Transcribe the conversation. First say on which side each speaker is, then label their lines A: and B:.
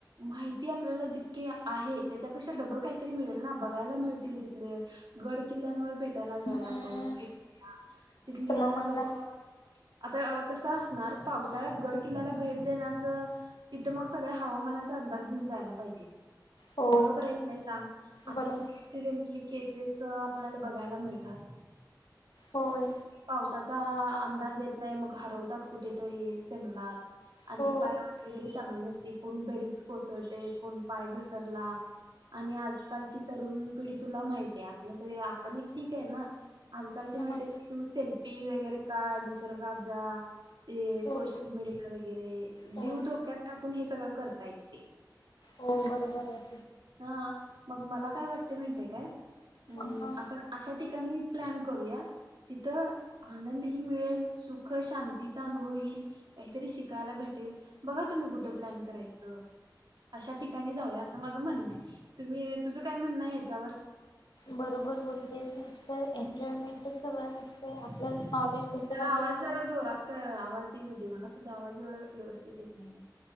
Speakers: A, on the right; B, on the left.
A: माहिती आपल्याला जितकीे आहे त्याच्यापेक्षा डबल काहीतरी मिळेल ना बघायला मिळतील तिथले गड किल्ल्यांवर भेट चला जाऊया
B: हम्म
A: आपण भेटूया तिथली
B: तर मग
A: आता
B: मला
A: लोक आता कस असणार पावसाळ्यात गड किल्ल्याला भेट देण्याचं तिथं मग सगळ हा हवामानाचा अंदाज घिऊन जायला पाहिजे.
B: हो
A: बरोबर हाय कीने सांग, आता
B: बरोबर
A: किती ऍक्सिडेंटली केस आपल्याला बघायला मिळतात.
B: होय
A: पावसाचा आ अंदाज येत नाही मग हरवतात कुठेतरी जंगलात आणि
B: हो
A: ती पाय वाट वगैरे चांगली नस ती कोण दरीत कोसळतय कोण पाय घसरला आणि आजकालची तरुण पिढी तुला माहित्याय आपल्या सगळे आपण एक ठीक आहे ना. आजकालची
B: हो
A: माहितेत सेल्फी वगैरे काढ निसर्गात जा ते
B: हो
A: सोशल मेडिकल वगैरे
B: हो
A: जीव धोक्यात टाकून हे सगळं करतायत ते
B: हो बरोबर हाय.
A: हा मग मला काय वाटतय माहित्याय काय अम
B: हा
A: आपण अशा ठिकाणी प्लॅन करूया तिथं आनंदही मिळेल सुख शांतीचा अनुभव यिल काहीतरी शिकायला भेट टेल, बघा तुम्ही कुट प्लॅन करायचं, आशा ठिकाणी जाऊया आस माज ज म्हणं हाय तुमी तुझं काय म्हणं हाय हेच्यावर
B: बरोबर बोलतेस नुसतं एन्जॉयमेंटच सगळं नसते
A: तुझा
B: आपल्याला नॉलेज भेटेल असे
A: आवाज जरा जोरात कर आवाज मला तुझा आवाज एवढा व्यवस्थित येत नाहीय